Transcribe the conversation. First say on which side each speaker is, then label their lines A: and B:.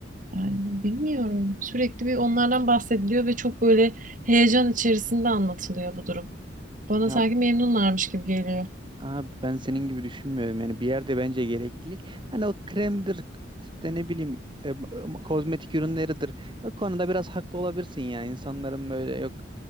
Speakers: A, on the right (about 45°); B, on the right (about 25°).
A: Yani bilmiyorum. Sürekli bir onlardan bahsediliyor ve çok böyle heyecan içerisinde anlatılıyor bu durum. Bana
B: Ya,
A: sanki memnunlarmış gibi geliyor.
B: abi ben senin gibi düşünmüyorum. Yani bir yerde bence gereklilik. Hani o kremdir işte ne bileyim e, e, kozmetik ürünleridir. O konuda biraz haklı olabilirsin ya. İnsanların böyle yok